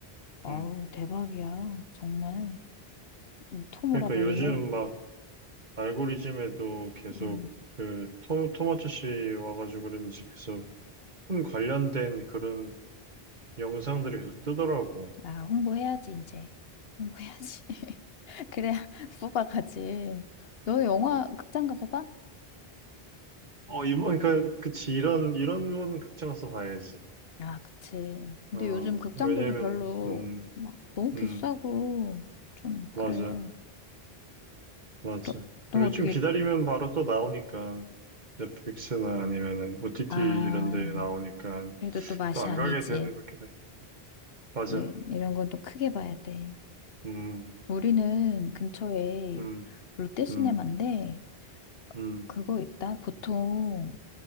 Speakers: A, on the left (about 70°); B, on the right (about 45°).
A: 아우
B: 응.
A: 대박이야 정말 음, 톰
B: 그러니까
A: 오라버니는
B: 요즘 막 알고리즘에도 계속
A: 음,
B: 그 토, 토마토 씨 와가지고 그런지 계속 톰 관련된 그런 영상들이 계속 뜨더라고.
A: 아, 홍보해야지, 이제. 홍보해야지. <laughs> 그래야 <laughs> 뽑아가지. 너 영화 극장 가서 봐?
B: 어, 이번, 그러니까, 그치. 이런, 이런 건 극장에서 봐야지.
A: 아, 그치. 근데
B: 어,
A: 요즘 극장들도
B: 왜냐면,
A: 별로
B: 음,
A: 막 너무
B: 음,
A: 비싸고 좀
B: 맞아.
A: 그래.
B: 맞아.
A: 너, 너
B: 그리고
A: 어떻게,
B: 좀 기다리면 바로 또 나오니까 넷플릭스나 아니면은 OTT
A: 아,
B: 이런 데 나오니까
A: 그래도 또 맛이
B: 또 안
A: 아니지.
B: 가게 되는 것 같긴 해. 맞아.
A: 예, 이런 건 또 크게 봐야 돼.
B: 음,
A: 우리는 근처에
B: 음,
A: 롯데시네마인데
B: 음, 음.
A: 그거 있다. 보통